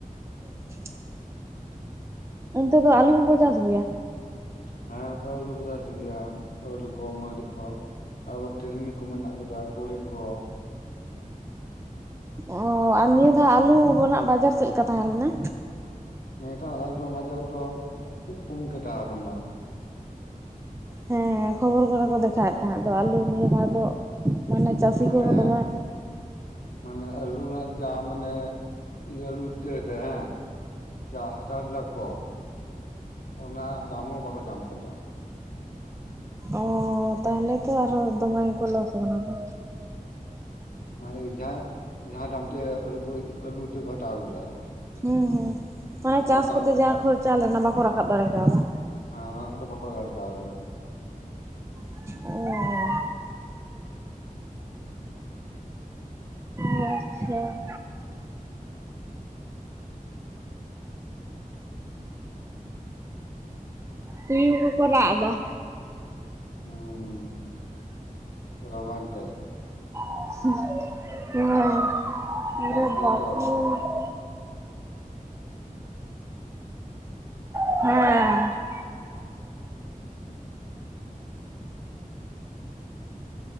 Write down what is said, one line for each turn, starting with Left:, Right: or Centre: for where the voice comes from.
Right: <unintelligible> ᱚᱱᱛᱮ ᱫᱚ ᱟᱞᱩ ᱠᱚᱠᱚ ᱪᱟᱥ ᱜᱮᱭᱟ?
Left: ᱦᱮᱸ ᱚᱱᱠᱟ ᱟᱹᱞᱩ ᱠᱚ ᱪᱟᱥ ᱜᱮᱭᱟ ᱟᱹᱞᱩ ᱠᱚ ᱢᱟᱹᱨᱤ ᱠᱚ ᱾ ᱟᱵᱟᱨ ᱛᱤᱞᱢᱤ ᱠᱚ ᱢᱮᱱᱟᱜ ᱠᱟᱫᱟ ᱛᱩᱲᱤ ᱠᱚ᱾
Right: ᱚ ᱟᱨ ᱱᱤᱭᱟᱹ ᱫᱷᱟᱣ ᱟᱞᱩ ᱨᱮᱱᱟᱜ ᱵᱟᱡᱟᱨ ᱪᱮᱫ ᱞᱮᱠᱟ ᱛᱟᱦᱮᱸ ᱞᱮᱱᱟ?
Left: ᱱᱤᱭᱟᱹ ᱫᱷᱟᱣ ᱟᱞᱩ ᱨᱮᱱᱟᱜ ᱵᱟᱡᱟᱨ ᱫᱚ ᱠᱷᱩᱵ ᱠᱚᱢ ᱜᱮ ᱛᱟᱦᱮᱸ ᱠᱟᱱᱟ᱾
Right: ᱦᱮᱸ ᱠᱷᱚᱵᱚᱨ ᱠᱚᱨᱮ ᱠᱚ ᱫᱮᱠᱷᱟᱣᱮᱫ ᱛᱟᱦᱮᱸᱫ ᱫᱚ ᱟᱞᱩ ᱱᱤᱭᱟᱹ ᱫᱷᱟᱣ ᱫᱚ ᱢᱟᱱᱮ ᱪᱟᱹᱥᱤ
Left: ᱢᱟᱱᱮ
Right: ᱠᱚ ᱫᱚᱢᱮ
Left: ᱢᱟᱱᱮ ᱟᱹᱞᱩ ᱨᱮᱱᱟᱜ ᱡᱟ ᱢᱟᱱᱮ ᱤᱭᱟᱹ ᱟᱹᱞᱩ ᱩᱛᱟᱹᱨ ᱨᱮ ᱦᱮᱸ ᱡᱟᱸᱦᱟ ᱦᱟᱛᱟᱣ ᱞᱮᱫᱟ ᱠᱚ ᱚᱱᱟ ᱨᱮᱱᱟᱜ ᱫᱟᱢ ᱦᱚᱸ ᱵᱟᱠᱚ ᱧᱟᱢ ᱠᱟᱫᱟ᱾
Right: ᱚ ᱛᱟᱦᱚᱞᱮ ᱛᱚ ᱟᱨᱦᱚᱸ ᱫᱚᱢᱮ ᱜᱮᱠᱚ ᱞᱚᱥ ᱠᱟᱱᱟ ᱠᱚ᱾
Left: ᱦᱮᱸ ᱡᱟᱦᱟᱸᱭ ᱡᱟᱦᱟᱸ ᱫᱟᱢ ᱛᱮ ᱟᱹᱞᱩ ᱠᱚ ᱟᱹᱞᱩ ᱤᱛᱟᱹ ᱠᱚ ᱦᱟᱛᱟᱣ ᱞᱮᱫᱟ ᱟᱨᱠᱤ᱾
Right: ᱦᱩᱸ ᱦᱩᱸ ᱢᱟᱱᱮ
Left: ᱚᱱᱟ
Right: ᱪᱟᱥ
Left: ᱫᱟᱢ
Right: ᱠᱚᱛᱮ ᱡᱟ ᱠᱷᱚᱨᱪᱟ ᱞᱮᱱᱟ ᱵᱟᱠᱚ ᱨᱟᱠᱟᱵ ᱫᱟᱲᱮ ᱠᱟᱣᱫᱟ᱾
Left: ᱦᱮᱸ ᱚᱱᱟ ᱠᱚᱫᱚ ᱵᱟᱠᱚ <unintelligible>
Right: <unintelligible> ᱟᱪᱪᱷᱟ ᱾ ᱛᱩᱭᱩ ᱠᱚᱠᱚ ᱨᱟᱜ ᱫᱟ᱾
Left: ᱦᱩᱸ ᱨᱟᱵᱟᱝ ᱛᱮ ᱾
Right: <unintelligible>
Left: ᱫᱟᱜ ᱠᱮᱫᱟ ᱛᱚ
Right: ᱦᱮᱸ ᱾
Left: <unintelligible>